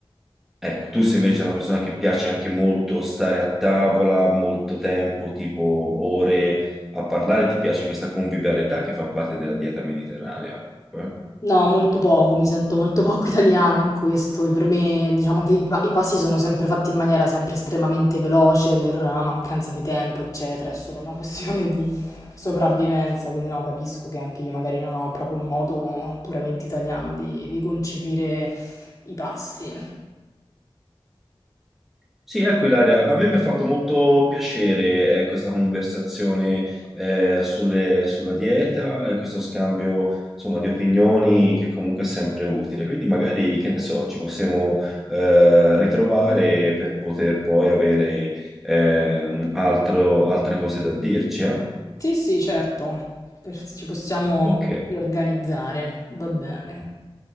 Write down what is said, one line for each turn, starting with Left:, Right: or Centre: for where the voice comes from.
Centre: Ecco, tu sei invece sei una persona che piace anche molto stare a tavola, molto tempo, tipo ore a parlare, ti piace questa convivialità che fa parte della dieta mediterranea. comunque.
Left: No, molto poco, mi sento molto poco <laughs> italiana in questo. Per me, diciamo che i, pa- i passi sono sempre fatti in maniera sempre estremamente veloce per eh, mancanza di tempo, eccetera. È solo una <laughs> questione di sopravvivenza. Quindi, no, capisco che anche io magari non ho proprio un modo puramente italiano di, di concepire i pasti.
Centre: Sì, ecco Ilaria, a me mi ha fatto molto piacere eh, questa conversazione eh, sulle- sulla dieta e questo scambio insomma, di opinioni che comunque è sempre utile. Quindi magari, che ne so, ci possiamo eh, ritrovare per poter poi avere eh, altro- altre cose da dirci. eh?
Left: Sì, sì, certo, Per- ci possiamo
Centre: Ok,
Left: riorganizzare. Va bene.